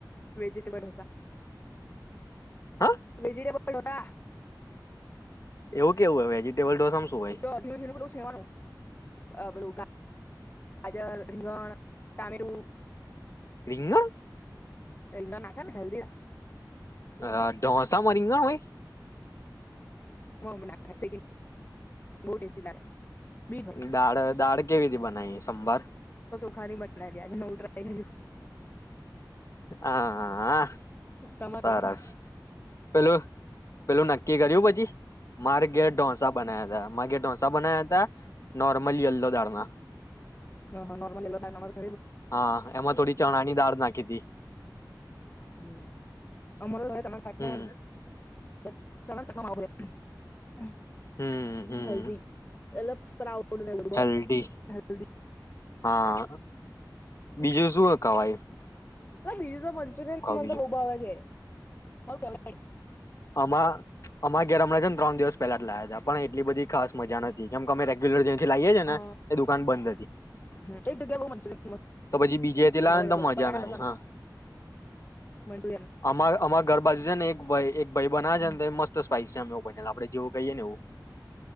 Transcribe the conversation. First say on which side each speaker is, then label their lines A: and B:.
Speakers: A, on the left; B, on the left.
A: વેજીટેબલ ઢોસા
B: હા
A: વેજીટેબલ ટેબલ ઢોસા.
B: એવું કેવું હોય વેજિટેબલ ઢોસા શું. હોય
A: જો ઝીણું-ઝીણું બધું છીણવાનું. આપણું ગાજર, રીંગણ ટામેટું.
B: રિંગણ!
A: રીંગણાં નાખે ને હેલ્દી હ.
B: અ ઢોસામાં રીંગણ હોય.
A: માં મમ્મી નાંખે સેકીને બો ટેસ્ટી લાગે. બી ભાઈ
B: દાળ, દાળ કેવી રીતે બનાવીએ સંભાર?
A: ખાની બનાયલી, આજે નવું ટ્રાય કરું.
B: હા હા હા,
A: તમારા
B: સરસ.
A: ઘરે
B: પેલું પેલું નક્કી કર્યું પછી? મારી ઘેર ઢોસા બનાયા તા. મારે ઘેર ઢોંસા બનાયા તા. નોર્મલ યલ્લો દાળના.
A: અંહ, નોર્મલ યેલો દાળ <unintelligible>
B: હા એમાં થોડી ચણા ની દાળ નાખી તી.
A: હમ, અમણા <unintelligible> <unintelligible>
B: હમ હમ હમ
A: હલ્દી એટલે સ્પ્રાઉટ ફૂડને એવું બધું
B: હેલ્ધી
A: હોય, હેલ્ધી.
B: હા. બીજું શું હ કવાઈ
A: ચ બીજું તો મંચુરિયન મને
B: બીજું
A: તો બહુ ભાવે છે, મારું ફેવરિટ છે.
B: આમા અમા ઘેર હમણાં છે ને ત્રણ દિવસ પેલા જ લાયા હતા પણ એટલી બધી ખાસ મજા નથી કેમ તમે રેગ્યુલર જયે ને લાઈએ છે ને
A: અ
B: એ દુકાન બંધ હતી
A: એક જગ્યા બહુ મંચુરિયન મસ્ત
B: તો પછી બીજેથી લાવને
A: મળે છે
B: તો
A: બટાકાનું
B: મજા ના
A: રસાનું
B: હા
A: મંચુરિયન
B: આ અમારાં ઘર બાજુ જે ને એક ભઈ એક ભાઈ બના આ
A: હમ
B: છે ને તો મસ્ત સ્પાઈસી છે એવું બનેલ આપડે જેવું કહીએ ને એવું